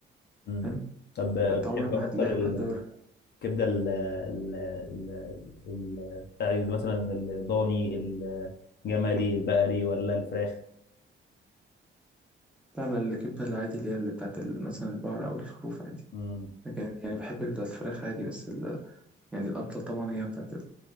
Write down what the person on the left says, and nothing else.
مم.
طب آه،
بتحب
اكتر
الكبده
ال ال ال ال- بتاع مثلا الضاني الجملي البقري ولا الفراخ
مم.